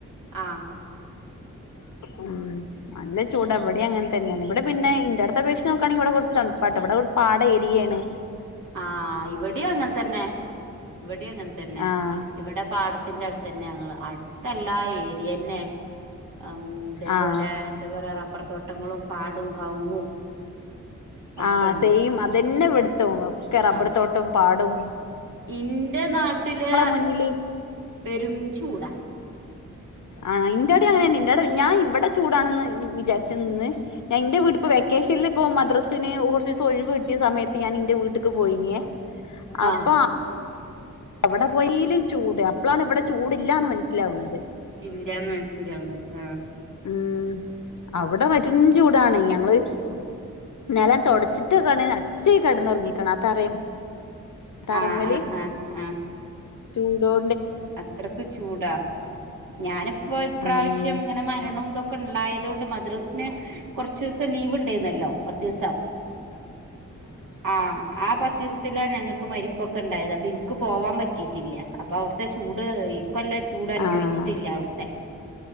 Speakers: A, on the right; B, on the left.
A: ആഹ്
B: ഉം നല്ല ചൂട് ഇവിടെ അങ്ങനെ തന്നെയാണ് ഇവിടെ പിന്നെ ഇന്റർ അത് വെച്ച് നോക്കാണെങ്കിൽ ഇവിടെ കുറച്ച് തണുപ്പാട്ടാ ഇവിടെ പാട ഏരിയാണ്
A: ആ ഇവിടെ അങ്ങനെ തന്നെ ഇവിടെ അങ്ങനെ തന്നെ
B: ആഹ്
A: ഇവിടെ പാടത്തിന്റെ അടുത്ത് തന്നെ ഞങ്ങൾ അ അടുതല്ല ഏരിയന്നെ അം ഇതേപോലെ
B: ആഹ്
A: എന്താ പറ റബർ തോട്ടങ്ങളും പാടും കവുങ്ങും ഒക്കെ
B: ആ
A: ഉണ്ട്
B: സെയിം അതന്നെ ഇവിടുത്തവും ഒക്കെ റബർ
A: ആ
B: തോട്ടം പാടും
A: ഇന്റെ നാട്ടില്
B: മുന്നില്
A: പെരും ചൂടാ
B: ആ ഇന്റോടിം അങ്ങനെന്നെ ഇന്റെടെ ഞാൻ ഇവിടെ ചൂടാണന്ന് വിചാരിച്ചു നിന്ന് ഞാൻ ഇന്റെ വീട്ടിപ്പൊ വെക്കേഷനിൽ ഇപ്പ മദ്രസിന് കുറച്ച് ഒഴിവ് കിട്ടിയ സമയത്ത് ഞാൻ ഇന്റെ വീട്ട്ക്ക് പോയിനേ
A: ആഹ്
B: അപ്പൊ അവിടെ പോയീലും ചൂട് അപ്പോളാണ് ഇവിടെ ചൂടില്ലാന്ന് മനസ്സിലാവുന്നത്
A: ഇല്ല്യാന്ന് മനസ്സിലാവണ് ആഹ്
B: ഉം അവിടെ പെരും ചൂടാണ് ഞങ്ങള് നിലം തുടച്ചിട്ട് <unintelligible> അച്ച കിടന്നുറങ്ങിക്ണ് അത്തറയും തറമ്മല്
A: ആഹ് ആഹ് ആഹ് ആഹ്
B: ചൂടോ
A: അത്രക്ക് ചൂടാ ഞാന ഇ ഇപ്രാവശ്യം
B: ഉം
A: ഇങ്ങനെ മരണമിതെക്കെ ഉണ്ടായത് കൊണ്ട് മദ്രസിന് കുറച്ച് ദിവസം ലീവ് ഉണ്ടായിരുന്നല്ലോ പത്ത് ദിവസം ആഹ് ആഹ് പ <unintelligible> ഞങ്ങൾക്ക് മരിപ്പൊക്കെ ഉണ്ടായത് അപ്പൊ എനിക്ക് പോവാൻ പറ്റിട്ടില്ല അപ്പൊ അവിടു ചൂട് ഇത് ഇക്കെല്ലാം ചൂട് അനുഭവിച്ചിട്ടില്ല
B: ആഹ്
A: അവിടുത്തെ